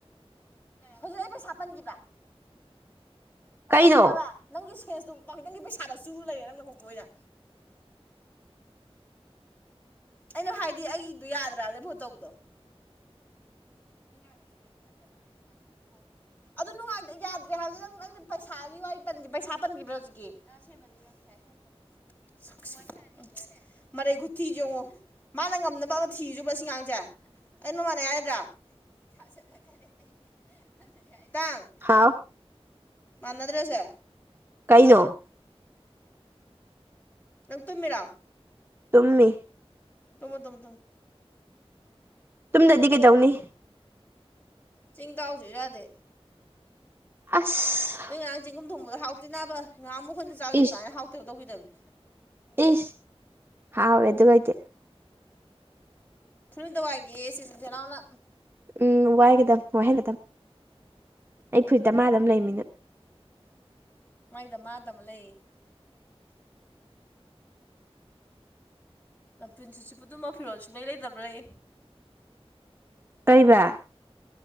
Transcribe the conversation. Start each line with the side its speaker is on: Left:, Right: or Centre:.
Left: ꯍꯧꯖꯤꯛ ꯑꯩ ꯄꯩꯁꯥ ꯄꯟꯈꯤꯕꯔꯥ ꯄꯟꯕ꯭ꯔꯕ
Right: ꯀꯩꯅꯣ
Left: ꯅꯪꯒꯤ ꯁꯦꯁꯇꯨ ꯅꯪꯒꯤ ꯄꯩꯁꯥꯗ ꯆꯨꯨꯔ ꯂꯩꯔꯦ ꯅꯪ ꯅꯀꯣꯛꯇꯣ ꯑꯣꯏꯅ ꯑꯩꯅ ꯍꯥꯏꯗꯤ ꯑꯩꯗꯣ ꯌꯥꯗ꯭ꯔꯕꯅꯦ ꯐꯣꯟ ꯇꯧꯕꯗꯣ ꯅꯪ ꯌꯥꯗꯗꯣ ꯀꯔꯤꯝ ꯈꯟꯖꯕ꯭ꯔꯅꯦ ꯅꯨꯡꯉꯥꯏꯇꯕ ꯐꯥꯎꯗꯕ꯭ꯔ <inaudible> ꯑꯗꯨ ꯅꯨꯡꯉꯥꯢ ꯌꯥꯗ꯭ꯔꯦ ꯍꯥꯏꯕꯗꯨ ꯅꯪ ꯅꯪꯗꯤ ꯄꯩꯁꯥꯒꯤ ꯋꯥꯔꯤ ꯄꯩꯁꯥ ꯄꯟꯈꯤꯕ꯭ꯔꯣ ꯍꯧꯖꯤꯛꯀꯤ ꯑꯁꯦꯡꯕꯗꯤ ꯌꯥꯝꯁ ꯍꯥꯏ ꯈꯟꯗꯅꯅꯦ ꯁꯅꯤꯡꯗꯅꯦ <inaudible> ꯃꯔꯩ ꯈꯨꯊꯤꯁꯦ ꯌꯦꯡꯉꯣ ꯃꯥꯅ ꯉꯝꯅꯕ ꯑꯃ ꯊꯤꯔꯤꯁꯦ ꯁꯤ ꯑꯉꯥꯡꯁꯦ ꯑꯩꯅ ꯃꯥꯟꯅꯩ ꯍꯥꯢꯗ꯭ꯔꯥ ꯍꯥꯏꯗꯪ <inaudible>
Right: ꯍꯥꯎ
Left: ꯃꯅꯥꯗ꯭ꯔꯥ ꯁꯦ
Right: ꯀꯩꯅꯣ
Left: ꯅꯪ ꯇꯨꯝꯃꯤꯔꯥ
Right: ꯇꯨꯝꯃꯤ
Left: ꯇꯨꯝꯃꯨ ꯇꯨꯝꯃꯨ
Right: ꯇꯨꯝꯗꯔꯥꯗꯤ ꯀꯩꯗꯧꯅꯤ
Left: ꯆꯤꯡ ꯀꯥꯎꯁꯤꯁꯨ ꯌꯥꯗꯦ
Right: ꯑꯁ
Left: ꯅꯣꯏ ꯉꯔꯥꯡ ꯆꯤꯡ ꯀꯨꯝ ꯊꯣꯡꯕꯗꯣ ꯍꯥꯎꯇꯦꯅꯥꯕ ꯉꯥꯃꯨꯛꯈꯣꯏꯅ ꯆꯥꯈꯤꯕ
Right: ꯏꯁ
Left: ꯑꯗꯨꯃꯥꯏꯅ ꯍꯥꯎꯇꯕ ꯇꯧꯈꯤꯗꯕꯅꯦ
Right: ꯏꯁ ꯍꯥꯎ ꯌꯦꯗꯨꯒꯥꯏꯇ <inaudible>
Left: ꯐꯨꯔꯤꯠ ꯑꯝꯇ ꯋꯥꯏꯒꯤ ꯁꯤꯁꯦꯅꯥꯎꯅ
Right: ꯎꯝ ꯋꯥꯏꯒꯗꯝ ꯋꯥꯏꯍꯟꯒꯗꯝ ꯑꯩ ꯐꯨꯔꯤꯠꯇꯤ ꯃꯥꯅ ꯑꯗꯨꯝ ꯂꯩꯃꯤꯅ
Left: ꯃ ꯏꯗ ꯃꯥꯗꯝ ꯂꯩꯦ <inaudible> ꯅꯄꯨꯟꯁꯤ ꯆꯨꯞꯄꯗꯨꯃ ꯐꯤꯔꯣꯜ ꯁꯨꯡꯂꯩ ꯂꯩꯗꯕ꯭ꯔꯥꯌꯦ
Right: ꯀꯩꯕ